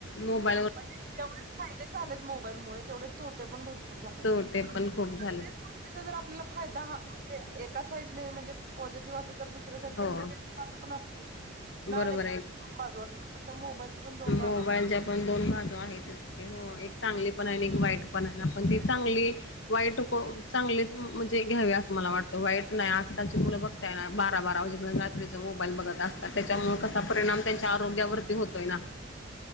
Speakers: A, on the left; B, on the right.
A: मोबाईल
B: म्हणजे जेवढे फायदे झालेत मोबाईल मुळे तेवढे तोटे पण भरपूर झालेत.
A: तोटे
B: <unintelligible>
A: पण खूप झालेत.
B: चा जर आपल्याला फायदा हा म्हणजे एका साईडने म्हणजे पॉझिटिव्ह असेल तर दुसऱ्या साईडने
A: हो
B: निगेटिव्ह बाजू पण असतेत नाण्याच्या
A: बरोबर आहे.
B: दोन बाजू असतात तस मोबाईलच्या पण दोन बाजू
A: मोबाईलच्या
B: आहेत.
A: पण दोन बाजू आहेतच कि हो एक चांगली पण आहे एक वाईट पण आहे आपण ती चांगली वाईट चांगलेच म्हणजे घ्यावे असं मला वाटतं वाईट नाही आजकालची मुलं बघ बारा बारा वाजेपर्यंत रात्रीचा मोबाईल बघत असतात त्याच्यामुळे कसा परिणाम त्यांच्या आरोग्यावरती होतोय ना.